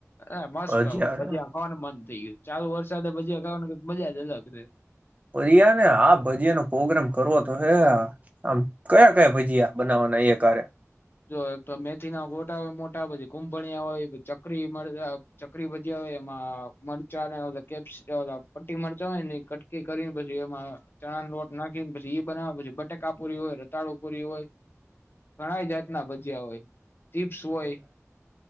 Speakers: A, on the left; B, on the right.
A: એ મસ્ત
B: ભજીયા
A: આવ ભજીયાં ખાવાનું મન. <inaudible> ચાલુ વરસાદે ભજીયા ખાવાનું મજા જ અલગ રે.
B: અિયાને હા ભજીયાનો પ્રોગ્રામ કરવોતો હે <unintelligible> કયા કયા ભજીયા બનાવાના એ કારે.
A: જો એકતો મેથીનાં ગોટા હોય મોટા પછી કુંભણિયા હોય ચકરી મરચાં ચકરી ભજયા હોય એમાં મરચાંને કે પટ્ટી મરચાં હોયને કટકી કરીને પછી એમાં ચણાનો લોટ નાખીને પછી ઈ બનાવ પછી બટેકાપુરી <unintelligible> પુરી હોય ઘણાાય જાત. ના ભજ્યાં હોય. ચીપ્સ હોય.